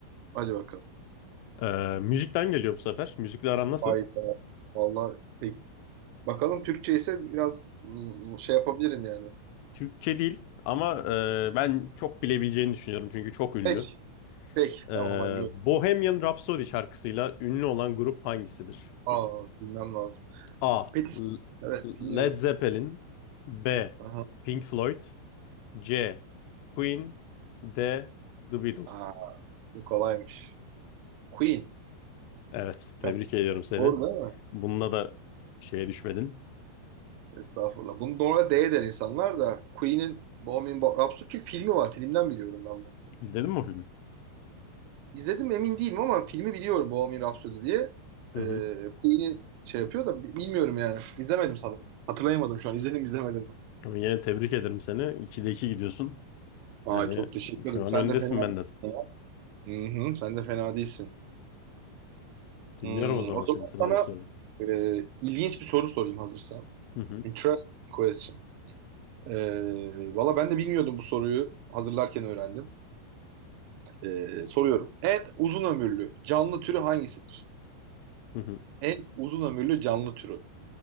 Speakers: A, on the right; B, on the left.
A: Hadi bakalım.
B: E, müzikten geliyor bu sefer. Müzikle aran nasıl?
A: Hayda. Vallahi pek. Bakalım Türkçe ise biraz z- şey yapabilirim yani.
B: Türkçe değil ama e, ben çok bilebileceğini düşünüyorum çünkü çok ünlü.
A: Pek. Pek.
B: E,
A: Tamam hadi gör.
B: Bohemian Rhapsody şarkısıyla ünlü olan grup hangisidir?
A: Aa, bilmem lazım.
B: A.
A: Petis.
B: L-
A: Evet
B: Led
A: dinliyorum.
B: Zeppelin B.
A: Aha.
B: Pink Floyd C. Queen D. The Beatles
A: Aa. Bu kolaymış. Queen.
B: Evet, tebrik
A: Yani
B: ediyorum seni.
A: Doğru değil mi?
B: Bununla da şeye düşmedin.
A: Estağfurullah. Bunu doğru D der insanlar da Queen'in Bohemian Bo- Rhapsody çünkü filmi var. Filmden biliyorum ben bunu.
B: İzledin mi o filmi?
A: İzledim mi emin değilim ama filmi biliyorum Bohemian Rhapsody diye.
B: Hı
A: Ee,
B: hı.
A: Queen'i şey yapıyor da bi- bilmiyorum yani. İzlemedim sanırım. Hatırlayamadım şu an. İzledim izlemedim mi?
B: Ama yine tebrik ederim seni. 2'de 2 gidiyorsun.
A: Aa
B: Yani
A: çok teşekkür
B: şu
A: ederim.
B: an
A: Sen
B: öndesin
A: de fena değilsin.
B: benden.
A: Hı hı, sen de fena değilsin.
B: Dinliyorum
A: Hmm,
B: o zaman
A: o
B: senin
A: zaman
B: sıradaki
A: sana
B: soruyu.
A: e, ilginç bir soru sorayım hazırsan.
B: Hı hı.
A: Interesting question. Ee, valla ben de bilmiyordum bu soruyu. Hazırlarken öğrendim. Ee, soruyorum. En uzun ömürlü canlı türü hangisidir?
B: Hı hı.
A: En uzun ömürlü canlı türü.